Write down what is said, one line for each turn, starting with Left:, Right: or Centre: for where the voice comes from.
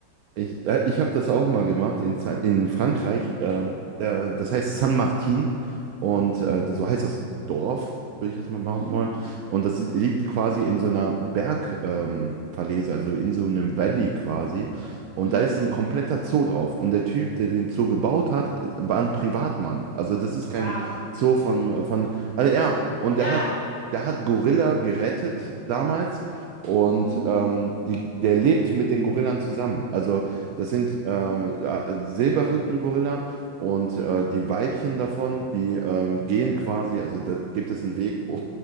Right: Ich, äh, ich habe das auch mal gemacht in, Za- in Frankreich. Ähm, äh, das heißt San Martin und äh, so heißt das Dorf, würde ich jetzt
Left: <laughs>
Right: mal behaupten
Left: mhm,
Right: wollen. Und das liegt quasi in so einer Bergverlese, ähm, Verlese, also in so einem Valley quasi. Und
Left: mhm.
Right: da ist ein kompletter Zoo drauf. Und der Typ, der den Zoo gebaut hat, war ein Privatmann. Also das ist kein
Left: Wow.
Right: Zoo von, von, also ja, und
Left: Ja,
Right: der hat, der hat Gorilla gerettet damals. Und
Left: mhm.
Right: ähm, die, der lebt mit den Gorillas zusammen. Also das sind äh, äh, Silberrücken-Gorilla und
Left: ja,
Right: äh, die Weibchen davon, die ähm, gehen quasi, also da gibt es einen Weg <laughs> wo,